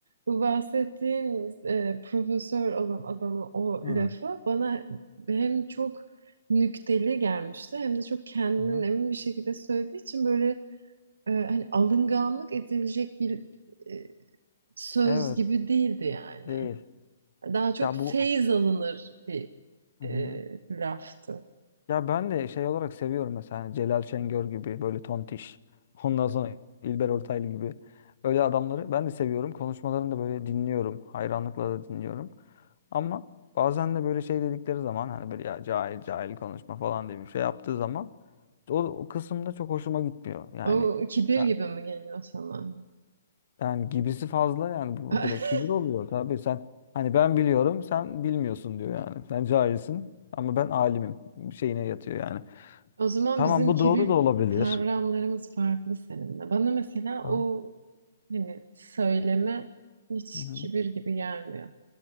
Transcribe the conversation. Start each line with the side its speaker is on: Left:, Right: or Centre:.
Right: Bu bahsettiğin e, profesör olan adamın o
Left: Hı.
Right: lafı bana hem çok nükteli gelmişti hem de çok kendinden
Left: Hı.
Right: emin bir şekilde söylediği için böyle e, hani alınganlık edilecek bir e, söz
Left: Evet,
Right: gibi değildi yani.
Left: değil.
Right: Daha çok
Left: Ya
Right: feyz
Left: bu
Right: alınır bir
Left: Hı
Right: e,
Left: hı.
Right: laftı.
Left: Ya ben de şey olarak seviyorum mesela hani Celal Şengör gibi böyle tontiş. Ondan sonra İlber Ortaylı gibi öyle adamları ben de seviyorum. Konuşmalarını da böyle dinliyorum. Hayranlıkla da dinliyorum. Ama bazen de böyle şey dedikleri zaman hani böyle ya cahil cahil konuşma falan diye bir şey yaptığı zaman o, o kısımda çok hoşuma gitmiyor. Yani
Right: O kibir
Left: Ha.
Right: gibi mi geliyor sana?
Left: yani gibisi fazla yani bu
Right: <laughs>
Left: direkt kibir oluyor tabii sen hani ben biliyorum sen bilmiyorsun diyor yani. Sen cahilsin ama ben alimim şeyine yatıyor yani.
Right: O zaman
Left: Tamam
Right: bizim
Left: bu
Right: kibir
Left: doğru da olabilir.
Right: kavramlarımız farklı seninle. Bana mesela
Left: Aha,
Right: o hani söyleme hiç
Left: hı hı.
Right: kibir gibi gelmiyor.